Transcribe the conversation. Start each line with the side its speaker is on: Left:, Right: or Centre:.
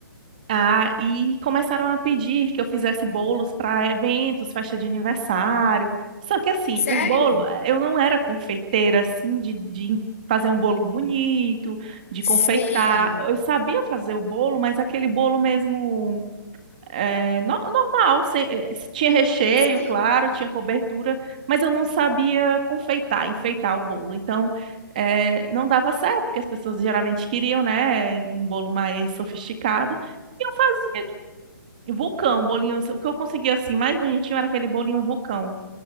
Right: Ah, e começaram a pedir que eu fizesse bolos para eventos, festa de aniversário. Só que assim,
Left: Sério.
Right: o bolo, eh, eu não era confeiteira assim de, de fazer um bolo bonito, de confeitar.
Left: Sim,
Right: Eu sabia fazer o bolo, mas aquele bolo mesmo é, no- normal, sem- eh, tinha recheio,
Left: sim,
Right: claro, tinha cobertura, mas eu não sabia confeitar, enfeitar o bolo. Então, eh, não dava certo, porque as pessoas geralmente queriam, né, um bolo mais sofisticado. E eu fazia de- vulcão, bolinho. O que eu conseguia assim mais bonitinho era aquele bolinho vulcão.